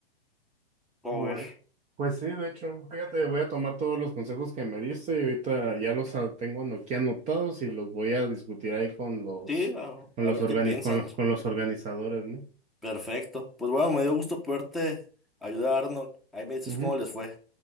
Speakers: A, in the centre; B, on the right.
A: A
B: Bueno,
A: ver,
B: pues sí, de hecho, fíjate, voy a tomar todos los consejos que me diste y ahorita ya los a- tengo ano- aquí anotados y los voy a discutir ahí con los,
A: sí, a,
B: con
A: a
B: los
A: ver
B: organi-
A: qué piensan.
B: con los, con los organizadores, ¿no?
A: Perfecto. Pues bueno, me dio gusto poderte ayudar, Arnold. Ahí me dices
B: Ujú,
A: cómo les fue.